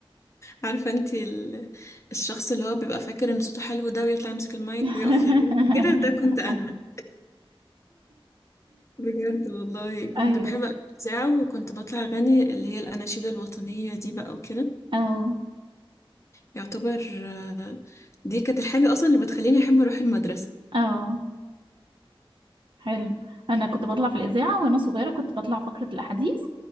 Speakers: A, on the left (about 30°); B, on the right (about 65°).
A: عارفه انت ال... الشخص اللي هو بيبقى فاكر ان صوته حلو ده ويطلع يمسك المايك
B: <laughs>
A: ويقف يغني كده ده كنت انا بجد والله كنت
B: ايوه
A: بحب الإذاعة وكنت بطلع أغني اللي هي الأناشيد الوطنية دي بقى وكده
B: اه
A: يعتبر آه، دي كانت الحاجة أصلا اللي بتخليني أحب أروح المدرسة
B: اه حلو انا كنت بطلع في الاذاعه وانا صغيره كنت بطلع فقره الاحاديث